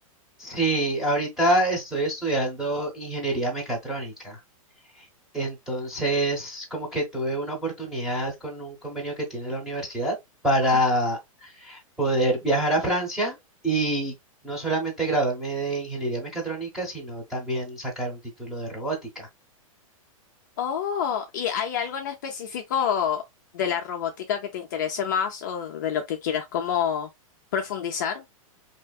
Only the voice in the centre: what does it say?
Sí, ahorita estoy estudiando ingeniería mecatrónica. Entonces, como que tuve una oportunidad con un convenio que tiene la universidad para
poder viajar a Francia y no solamente graduarme de ingeniería mecatrónica, sino también sacar un título de robótica.